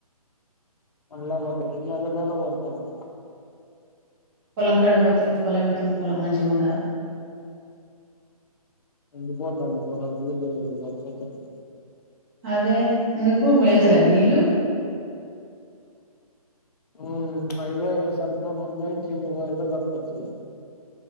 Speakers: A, on the left; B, on the right.
A: మళ్ళ పడ్డది నెల్ల నెల్ల వడతాది
B: పొలం కడి వొతే పొలం ఎట్లుంది పొలం మంచిగా ఉందా
A: ఎండిపోతంది పొలం నీళ్ళు వరి చెట్లకు
B: అదే ఎందుకు మేళ్తలేవ నీళ్ళు
A: ఆ పై వైలో సరిపోలోనైయి కింద వైలో సరిపోతలే